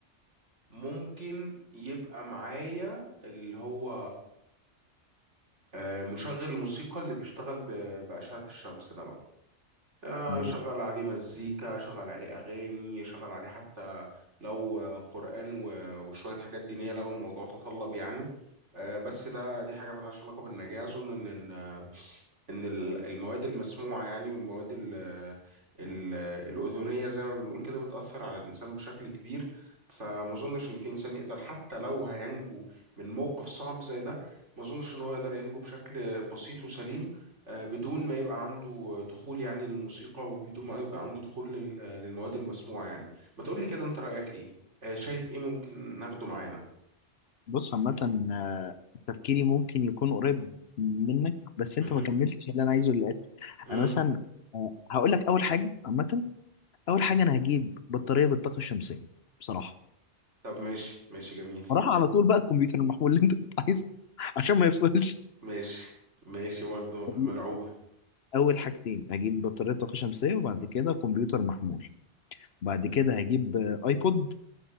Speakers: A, on the right; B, on the left.
A: ممكن يبقى معايا اللي هو آه، مشغل الموسيقى اللي بيشتغل ب... بأشعة الشمس ده بقى. آه،
B: مش
A: شغل عليه مزيكا شغل عليه أغاني شغل عليه حتى لو آه، قرآن و- وشوية حاجات دينية لو الموضوع تطلب يعني آه، بس ده دي حاجة ملهاش علاقة بالنجاة أظن إن إن آه، إن ال- المواد المسموعة يعني والمواد ال ال الأذنية زي ما بنقول كده بتأثر على الإنسان بشكل كبير فما أظنش إن في إنسان يقدر حتى لو هينجو من موقف صعب زي ده ما أظنش إن هو يقدر ينجو بشكل بسيط وسليم آه، بدون ما يبقى عنده دخول يعني للموسيقى وبدون ما يبقى عنده دخول لل- للمواد المسموعة يعني ما تقولي كده انت رأيك ايه آه، شايف ايه ممكن ناخده معانا
B: بص عامة آه، تفكيري ممكن يكون قريب منك بس انت
A: مهم.
B: ما كملتش اللي انا عايزه للاخر
A: مم.
B: انا مثلا آه، هقول لك اول حاجة عامة اول حاجة انا هجيب بطارية بالطاقة الشمسية بصراحة
A: طب ماشي ماشي جميل
B: بصراحة على طول بقى الكمبيوتر المحمول اللي انت كنت عايزه <laughs> عشان ما يفصلش
A: ماشي ماشي برضه ملعوبة
B: دي اول حاجتين هجيب بطارية طاقة شمسية وبعد كده كمبيوتر محمول بعد كده هجيب آه، ايبود